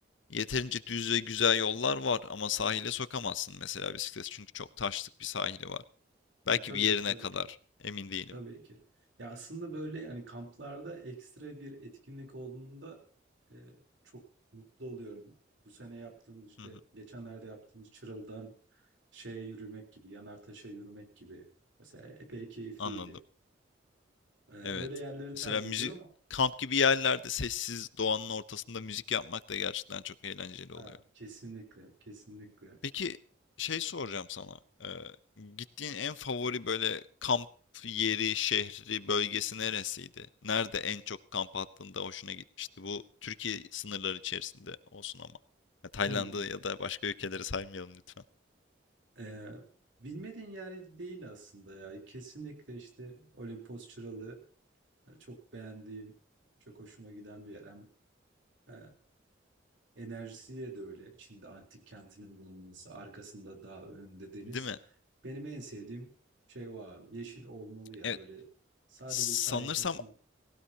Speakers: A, on the left; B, on the right.
A: yeterince düz ve güzel yollar var ama sahile sokamazsın mesela bisiklet çünkü çok taşlık bir sahili var. Belki
B: tabii
A: bir yerine
B: ki tabii
A: kadar
B: ki.
A: emin değilim.
B: Tabii ki. Ya aslında böyle yani kamplarda ekstra bir etkinlik olduğunda e, çok mutlu oluyorum. Bu sene yaptığımız işte
A: Hı hı,
B: geçenlerde yaptığımız Çıralı'dan şeye yürümek gibi, Yanartaş'a yürümek gibi. Mesela epey keyifliydi.
A: anladım.
B: E, öyle
A: Evet.
B: yerleri tercih
A: Mesela müzik
B: ediyorum.
A: kamp gibi yerlerde sessiz doğanın ortasında müzik yapmak da gerçekten çok eğlenceli
B: Aa,
A: oluyor.
B: kesinlikle, kesinlikle.
A: Peki şey soracağım sana. Ee, gittiğin en favori böyle kamp yeri, şehri, bölgesi neresiydi? Nerede en çok kamp attığında hoşuna gitmişti? Bu Türkiye sınırları içerisinde olsun ama. Ya Tayland'ı
B: Hmm.
A: ya da başka ülkeleri saymayalım lütfen.
B: E, bilmediğin yer değil aslında ya. Kesinlikle işte Olimpos Çıralı e, çok beğendiğim, çok hoşuma giden bir yer. Hem e, Enerjisiyle de öyle. Çin'de antik kentinin bulunması, arkasında dağ, önünde deniz.
A: Değil mi?
B: Benim en sevdiğim şey o abi. Yeşil olmalı ya
A: Evet.
B: böyle sadece
A: Sanırsam
B: sahil hoşuma.